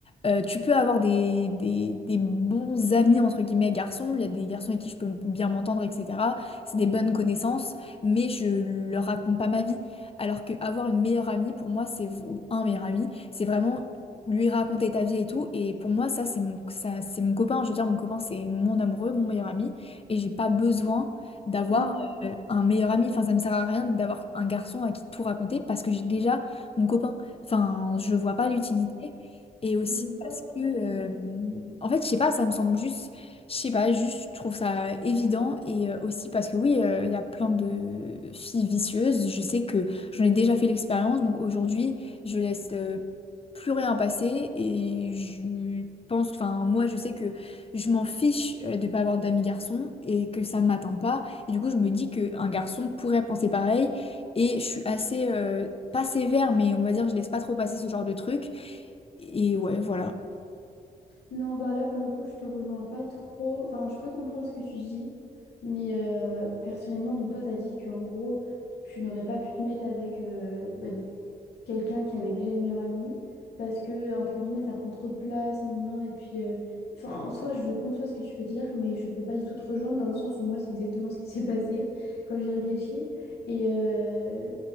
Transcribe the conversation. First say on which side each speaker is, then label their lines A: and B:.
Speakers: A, on the left (about 35°); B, on the left (about 85°).
A: euh, tu peux avoir des, des, des bons amis entre guillemets garçons, il y a des garçons avec qui je peux bien m'entendre, etc. C'est des bonnes connaissances, mais je leur raconte pas ma vie. Alors qu'avoir une meilleure amie, pour moi, c'est ou un meilleur ami, c'est vraiment lui raconter ta vie et tout. Et pour moi, ça, c'est mon, ça, c'est mon copain. Je veux dire, mon copain, c'est mon amoureux, mon meilleur ami. Et j'ai pas besoin d'avoir
B: Hmm,
A: euh, un meilleur ami. Enfin, ça me sert à rien d'avoir un garçon à qui tout raconter parce que j'ai déjà mon copain. Enfin, je vois pas l'utilité. Et aussi
B: je
A: parce
B: vois ce
A: que,
B: que
A: euh,
B: tu veux dire.
A: en fait, je sais pas, ça me semble juste, je sais pas, juste, je trouve ça évident. Et euh, aussi parce que, oui, euh, il y a plein de filles vicieuses. Je sais que j'en ai déjà fait l'expérience. Donc aujourd'hui, je laisse. euh, plus rien passé et je pense, enfin moi je sais que je m'en fiche euh, de pas avoir d'amis garçons et que ça ne m'atteint pas et du coup je me dis qu'un garçon pourrait penser pareil et je suis assez, euh, pas sévère mais on va dire je laisse pas trop passer ce genre de truc et ouais voilà.
B: Non, bah là, pour le coup, je te rejoins pas trop. Enfin, je peux comprendre ce que tu dis, mais euh, personnellement, donc toi, tu as dit qu'en gros, tu n'aurais pas pu te mettre avec, euh, bah, quelqu'un qui avait déjà une meilleure amie parce que, entre guillemets, ça prend trop de place, nan, nan, nan, et puis, euh, enfin, en soi, je conçois ce que tu veux dire, mais je peux pas du tout te rejoindre dans le sens où moi, c'est exactement ce qui s'est passé quand j'ai réfléchi. Et euh,